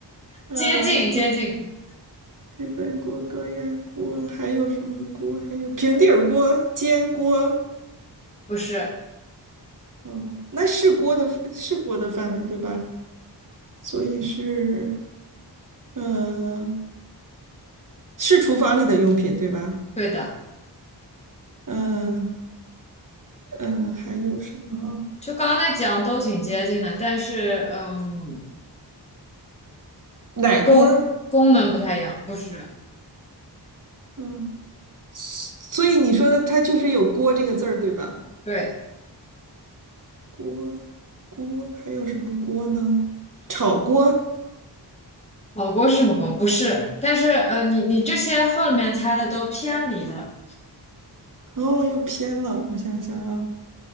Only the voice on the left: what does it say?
接近，接近，
不是，
对的，
就刚刚那几样都挺接近的，但是，嗯，
功功能不太一样，不是，
对。
火锅是什么锅？不是，但是呃，你你这些后面猜的都偏离了，